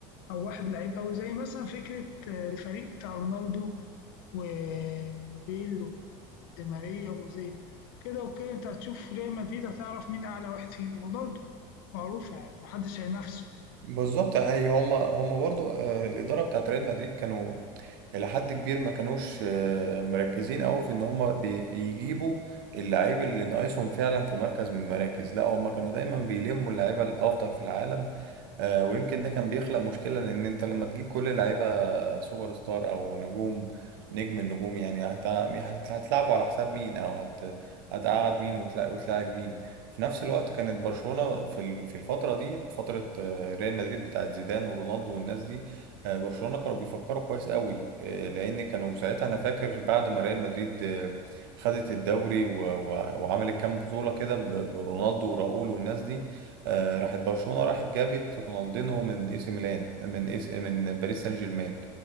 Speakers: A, on the left; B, on the right.
A: او واحد لعيب قوي زي مثلا فكره آه، الفريق بتاع رونالدو و- وبيل ودي ماريا واوزيل كده وكده انت هتشوف ريال مدريد هتعرف مين اعلى واحد فيهم رونالدو معروفه يعني محدش هينافسه
B: بالظبط اي هم هم برضو آه، الاداره بتاعت ريال مدريد كانوا الى حد كبير ما كانوش آه، مركزين قوي في ان هم بيجيبوا اللعيب اللي ناقصهم فعلا في مركز من المراكز لا هم كانوا دايما بيلموا اللعيبه الافضل في العالم آه، ويمكن ده كان بيخلق مشكلة لأن أنت لما تجيب كل لعيبة سوبر ستار أو نجوم نجم النجوم يعني هت... هت... هتلعبوا على حساب مين أو هت... هتقعد مين وتلا... وتلاعب مين في نفس الوقت كانت برشلونة في ال- في الفترة دي فترة آه، ريال مدريد بتاعت زيدان ورونالدو والناس دي آه، برشلونة كانوا بيفكروا كويس قوي آه، لأن كانوا ساعتها أنا فاكر بعد ما ريال مدريد آه، خدت الدوري و... و... وعملت كام بطولة كده ب... برونالدو وراؤول والناس دي آه، راحت برشلونة راحت جابت رونالدينو من اي سي ميلان من اي سي من باريس سان جيرمان